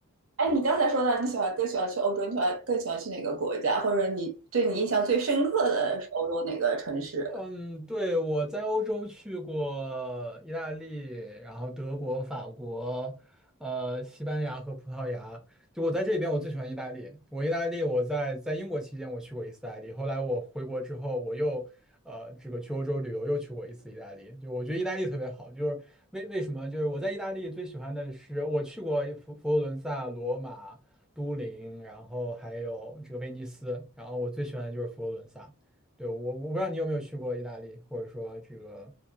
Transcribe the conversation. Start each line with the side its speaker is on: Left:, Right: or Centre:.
Right: 哎，你刚才说到你喜欢更喜欢去欧洲，你喜欢更喜欢去哪个国家，或者你对你印象最深刻的是欧洲哪个城市？
Centre: 嗯，对，我在欧洲去过意大利，然后德国、法国，呃，西班牙和葡萄牙。就我在这里边，我最喜欢意大利。我意大利，我在在英国期间我去过一次意大利，后来我回国之后，我又呃这个去欧洲旅游又去过一次意大利。就我觉得意大利特别好，就是为为什么？就是我在意大利最喜欢的是我去过佛佛罗伦萨、罗马、都灵，然后还有这个威尼斯，然后我最喜欢的就是佛罗伦萨。对，我我不知道你有没有去过意大利，或者说这个